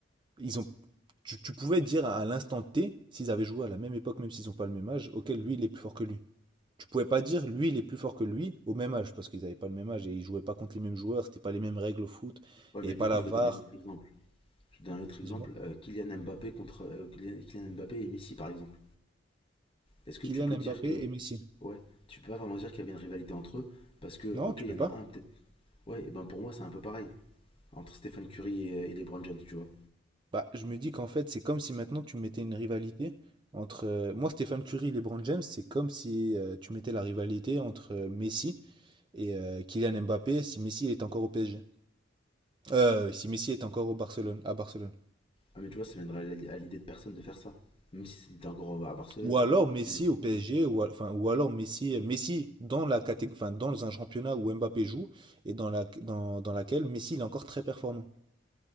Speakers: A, on the right (about 25°); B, on the left (about 30°).
A: ils ont... tu, tu pouvais dire à, à l'instant T, s'ils avaient joué à la même époque, même s'ils ont pas le même âge, auquel lui, il est plus fort que lui. Tu pouvais pas dire, lui, il est plus fort que lui, au même âge, parce qu'ils n'avaient pas le même âge et ils jouaient pas contre les mêmes joueurs, c'était pas les mêmes règles au foot,
B: Ouais,
A: il
B: mais
A: n'y avait pas
B: du coup,
A: la
B: je
A: VAR.
B: vais te donner un autre exemple. Je vais te donner un autre exemple,
A: Dis-moi,
B: euh, Kylian Mbappé contre euh, Kylian Mbappé et Messi, par exemple. Est-ce que
A: Kylian
B: tu peux dire
A: Mbappé
B: que.
A: et Messi.
B: Ouais, tu peux pas vraiment dire qu'il y avait une rivalité entre eux, parce que,
A: Non,
B: ok,
A: tu
B: il
A: peux
B: y en
A: pas.
B: a un peut-être. Ouais, et ben pour moi, c'est un peu pareil, entre Stephen Curry et, et LeBron James, tu vois.
A: Bah, je me dis qu'en fait, c'est comme si maintenant tu mettais une rivalité entre. euh, moi, Stéphane Curie et LeBron James, c'est comme si euh, tu mettais la rivalité entre euh, Messi et euh, Kylian Mbappé si Messi est encore au PSG. Euh, si Messi est encore au Barcelone, à Barcelone.
B: Ah, mais tu vois, ça viendrait à l'idée de personne de faire ça, même si c'était encore euh, à Barcelone.
A: Ou alors Messi
B: Mm.
A: au PSG, ou, al- enfin, ou alors Messi, Messi dans la catég- enfin, dans un championnat où Mbappé joue et dans, la, dans, dans laquelle Messi il est encore très performant.